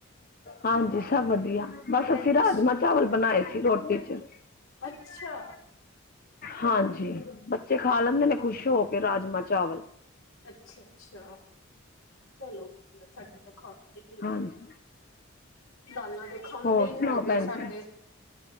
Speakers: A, on the left (about 45°); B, on the left (about 85°).
A: ਹਾਂਜੀ ਸਭ ਵਧੀਆ ਬਸ
B: ਭੈਣ
A: ਅਸੀ
B: ਜੀ
A: ਰਾਜਮਾ ਚਾਵਲ ਬਣਾਏ ਸੀ ਰੋਟੀ 'ਚ।
B: ਅੱਛਾ!
A: ਹਾਂਜੀ ਬੱਚੇ ਖਾ ਲੈਂਦੇ ਨੇ ਖੁਸ਼ ਹੋ ਕੇ ਰਾਜਮਾਂ ਚਾਵਲ।
B: ਅਛਾ- ਅਛਾ ਚਲੋ ਸਾਡੇ ਤੇ ਖਾਦੇ ਨਹੀ।
A: ਹਾਂਜੀ
B: ਦਾਲਾਂ ਤੇ ਖਾਂਦੇ
A: ਹੋਰ
B: ਹੀ
A: ਸੁਣਾਓ
B: ਨੀ ਹੈਗੇ
A: ਭੈਣ
B: ਸਾਡੇ।
A: ਜੀ